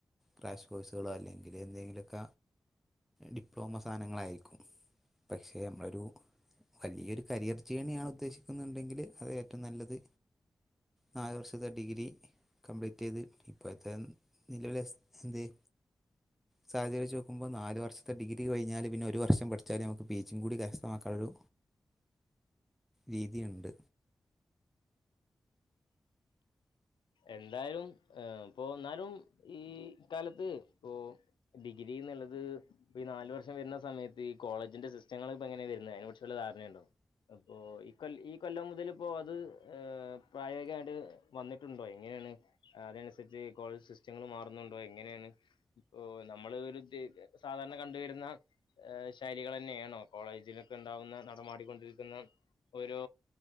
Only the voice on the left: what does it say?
എന്തായാലും ഏഹ് ഇപ്പൊ എന്നാലും ഈ കാലത്ത് ഇപ്പൊ ഡിഗ്രിന്നുള്ളത് ഇപ്പ ഈ നാല് വർഷം വരുന്ന സമയത്ത് ഈ കോളെജിന്റെ സിസ്റ്റങ്ങള് ഇപ്പോ എങ്ങനെ വരുന്നെ അതിനെകുറിച്ച് വല്ല ധാരണേണ്ടോ അപ്പോ ഈ കൊല്ല ഈ കൊല്ലം മുതലിപ്പോ അത് ഏഹ് പ്രായോഗികായിട്ട് വന്നിട്ട് ട്ടുണ്ടോ എങ്ങനെണ് അതനുസരിച്ച് കോളേജ് സിസ്റ്റങ്ങള് മാറുന്നുണ്ടോ എങ്ങനെയാണ് ഇപ്പോ നമ്മള് ഒരു ദേ സാധാരണ കണ്ടുവരുന്ന ഏഹ് ശൈലികള് തന്നെണോ കോളേജിലൊക്കെ ഉണ്ടാവുന്ന നടമാടിക്കൊണ്ടിരിക്കുന്ന ഒരു